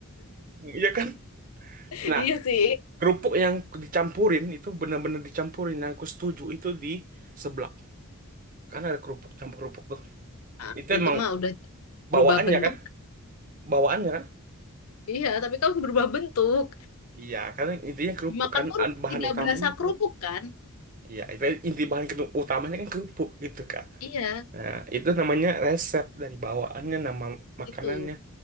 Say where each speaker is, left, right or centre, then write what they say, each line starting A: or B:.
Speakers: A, on the right; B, on the left.
A: Iya kan?
B: <laughs>
A: Nah,
B: Iya sih.
A: kerupuk yang dicampurin itu benar-benar dicampurin. Yang aku setuju itu di seblak. Kan ada kerupuk campur kerupuk tuh.
B: Nah,
A: Itu
B: itu
A: emang
B: mah udah berubah
A: bawaannya
B: bentuk.
A: kan? Bawaannya kan?
B: Iya, tapi kamu berubah bentuk.
A: Iya, karena intinya kerupuk
B: Dimakan
A: kan
B: pun
A: An- bahan
B: tidak
A: utamanya
B: berasa
A: kerupuk.
B: kerupuk kan.
A: Iya, itu inti bahan ketu- utamanya kan kerupuk gitu, Kak.
B: Iya,
A: Nah, itu namanya resep dari bawaannya, nama makanannya.
B: itu.